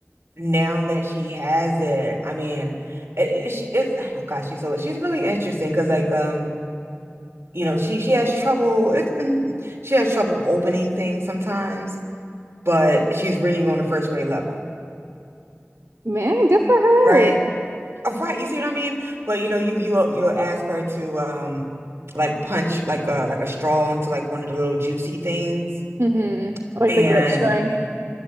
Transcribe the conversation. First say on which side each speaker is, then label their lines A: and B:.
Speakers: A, on the right (about 65°); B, on the right (about 80°).
A: now that she has it, I mean, it, it- she it's oh gosh, she's so she's really interesting because like um, you know, she she has trouble it, mm-hmm, she has trouble opening things sometimes. but she's reading on the first grade level,
B: Man, good for
A: right?
B: her.
A: Oh, Right, you see what I mean? But you know, you you you'll ask her to um like punch like uh like a straw into like one of the little juicy things,
B: hmm Like
A: and
B: the grip strength.